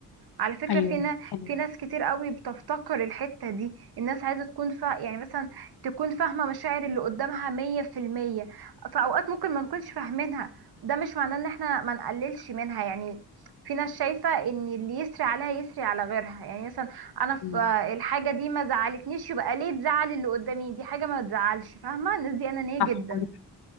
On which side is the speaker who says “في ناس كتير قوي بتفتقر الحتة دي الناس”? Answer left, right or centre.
Right